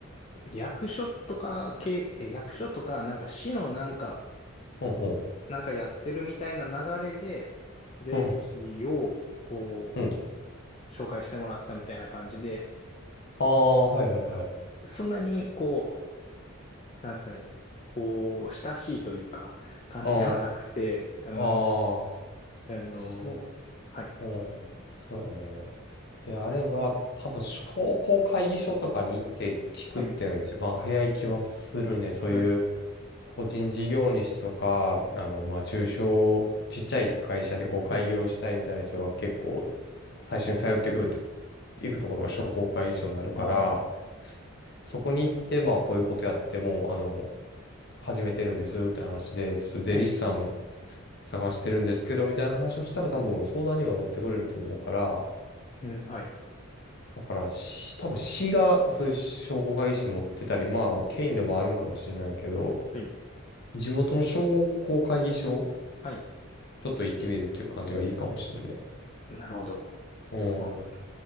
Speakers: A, on the left; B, on the left.
A: 役所とか系、え役所とか、なんか市のなんか
B: うんうん
A: なんかやってるみたいな流れで、税理士を、
B: うん。
A: こ
B: うん。
A: う、紹介してもらったみたいな感じで、
B: ああ、はいはいはい。
A: そんなに、こう、なんですかね、こう、親しいというか、感じではなくて、
B: あ
A: うん、
B: あああ
A: あのはい、
B: そう、うん、そうやね。であれば、多分商工会議所とかに行って聞くっていうのが一番早い気はするね。
A: はい、
B: そういう
A: はい、
B: 個人事業主とか、あの、まあ、中小、ちっちゃい会社でこう開業したいみたいな人が結構
A: はい、
B: 最初に頼ってくると、行くところが商工会議所になるから、
A: あー、
B: そこに行って、まあ、こういうことやっても、あの、始めてるんですって話で、ちょっと税理士さん
A: はい、
B: 探してるんですけど、みたいな話をしたら多分相談には乗ってくれると思うから、
A: うん、はい、
B: だからし、多分市がそういう商工会議所持ってたり、まあ、県でもあるんかもしれないけど、
A: はい、
B: 地元の商工会議所、
A: はい、
B: ちょっと行ってみるっていう感じがいいかもしれんね。
A: なるほど。
B: うん。
A: そうなん